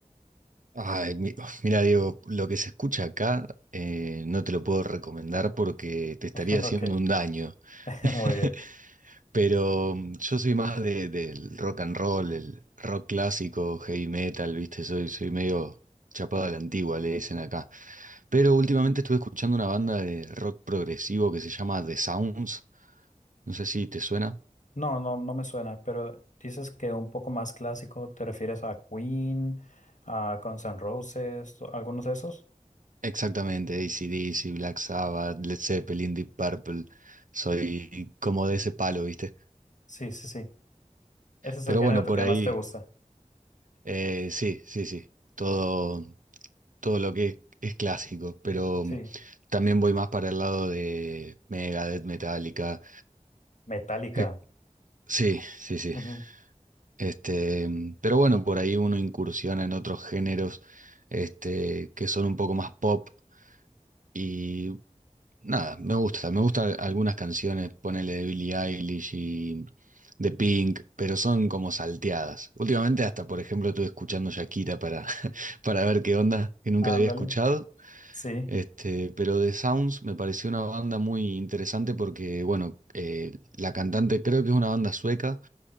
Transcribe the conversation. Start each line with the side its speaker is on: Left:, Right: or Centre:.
Right: Ay, mi- mira, Diego, lo que se escucha acá eh, no te lo puedo recomendar porque te estaría
Left: <laughs>
Right: haciendo
Left: Ok,
Right: un daño.
Left: <laughs>
Right: <laughs>
Left: muy bien.
Right: Pero mm, yo soy más de- del rock and roll, el rock clásico, heavy metal, ¿viste? Soy, soy medio chapado a la antigua, le dicen acá. Pero últimamente estuve escuchando una banda de rock progresivo que se llama The Sounds. No sé si te suena.
Left: No, no, no me suena, pero dices que un poco más clásico, ¿te refieres a Queen, a Guns N' Roses, o algunos de esos?
Right: Exactamente, AC/DC, Black Sabbath, Led Zeppelin, Deep Purple, soy como de ese palo, ¿viste?
Left: Sí, sí, sí. Ese es
Right: Pero
Left: el género
Right: bueno,
Left: que
Right: por ahí,
Left: más te gusta.
Right: eh, sí, sí, sí, todo, todo lo que es, es clásico, pero
Left: Sí,
Right: mm, también voy más para el lado de Megadeth, Metallica,
Left: Metallica.
Right: eh, sí, sí, sí,
Left: Ujú.
Right: este, mm, pero bueno, por ahí uno incursiona en otros géneros, este, que son un poco más pop y Nada, me gusta, me gustan algunas canciones, ponele de Billie Eilish y de Pink, pero son como salteadas. Últimamente hasta, por ejemplo, estuve escuchando Shakira para, <laughs> para ver qué onda, que nunca
Left: Ándale.
Right: la había escuchado.
Left: Sí,
Right: Este, pero The Sounds me pareció una banda muy interesante porque, bueno, eh, la cantante creo que es una banda sueca